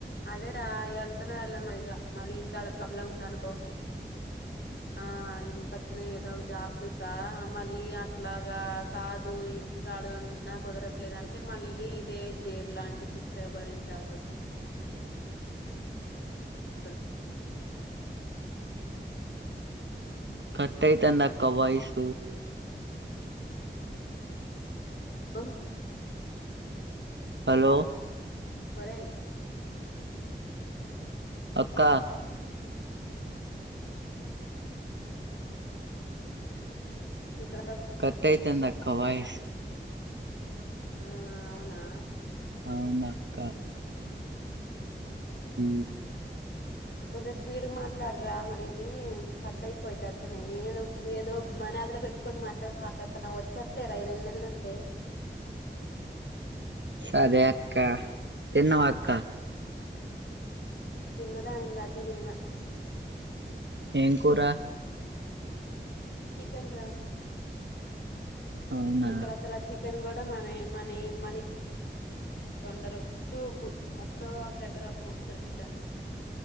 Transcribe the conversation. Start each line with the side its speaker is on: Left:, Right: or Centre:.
Left: అదే రా ఎళ్తున్నా ఎళ్ళనో ఇగ మళ్ళీ ఇంకా అక్కడ ప్రాబ్లం ఉందనుకో ఆ ఇన్నికట్నే ఏదో ఒక జాబ్ చుత్త మళ్ళీ అట్లాగా కాదు ఇంటి కాడుకున్నా కుదరట్లేదంటే మళ్ళీ ఇదే జైల్ లాంటి శిక్ష భరించాల్సి వస్ అ
Right: కట్టయితాంది అక్క వాయిస్
Left: ఉ
Right: హలో
Left: ఒరేయ్
Right: అక్క
Left: ఇక్కడ
Right: కట్టయితంది అక్క వాయిస్
Left: ఆ అవునా
Right: అవునక్క ఉ
Left: కొంచెం స్పీడ్ గా మాట్లాడరా మరి ఇది కట్ అయిపోయిద్ది నేను ఏదో మనాదిలో పెట్టుకొని మాట్లాడు మాట్లాడుతున్నా వచ్చేట్లేరా ఈ రెండు నెల్లు ఉంటే <inaudible>
Right: సరే అక్క తిన్నవ అక్క
Left: తిన్నరా ఇందాకే తిన్న
Right: ఏం కూర
Left: చికెన్ రా
Right: అవునా
Left: ఇక్కడసల చి చికెన్ కూడా మనవి మనవి మనీ వండరు సూపు ఎక్కడో ఒక దగ్గర ఒక ముక్క దొరికిద్దంతే